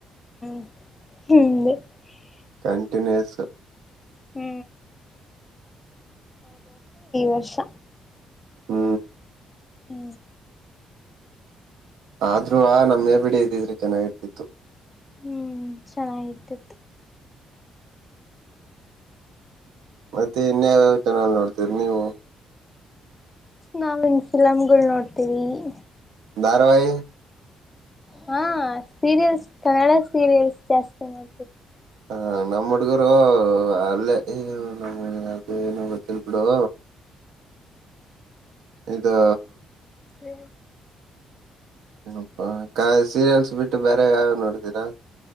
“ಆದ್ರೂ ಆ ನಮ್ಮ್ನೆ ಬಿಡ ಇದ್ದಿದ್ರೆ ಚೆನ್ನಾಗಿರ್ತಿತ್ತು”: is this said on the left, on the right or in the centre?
Right